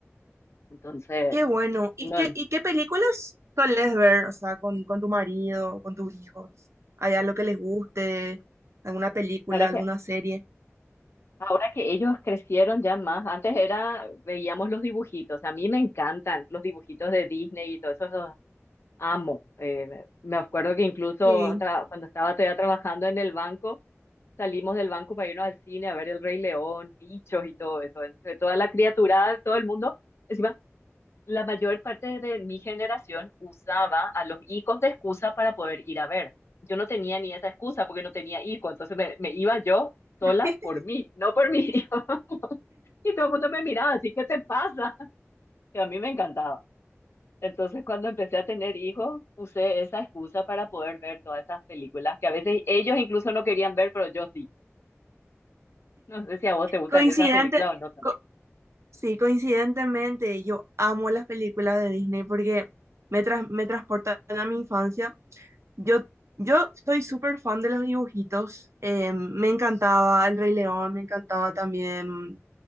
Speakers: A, on the left; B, on the right.
A: Entonces,
B: Qué bueno. ¿Y
A: no,
B: qué,
A: la
B: y qué películas solés ver? O sea, con, con tu marido, con tus hijos. ¿Hay algo que les guste? ¿Alguna película,
A: verdad
B: alguna
A: que
B: serie?
A: ahora que ellos crecieron ya más, antes era, veíamos los dibujitos, a mí me encantan los dibujitos de Disney y todos esos amo. Eh, me acuerdo que incluso
B: Sí.
A: tra- cuando estaba todavía trabajando en el banco, salimos del banco para irnos al cine a ver El Rey León, bichos y todo eso. Entre toda la criaturada de todo el mundo, encima, la mayor parte de mi generación usaba a los hijos de excusa para poder ir a ver. Yo no tenía ni esa excusa porque no tenía hijo, entonces me, me iba yo sola
B: <laughs>
A: por mí, no por mi hijo. <laughs> Y todo el mundo me miraba, así, ¿qué te pasa? <laughs> Que a mí me encantaba. Entonces, cuando empecé a tener hijos, usé esa excusa para poder ver todas esas películas que a veces ellos incluso no querían ver, pero yo sí. No sé si a vos te gustan
B: Coincidente,
A: esas películas o no tanto.
B: co- sí, coincidentemente, yo amo las películas de Disney porque me, tras- me transportan a mi infancia. Yo, yo soy súper fan de los dibujitos. eh, me encantaba El Rey León, me encantaba también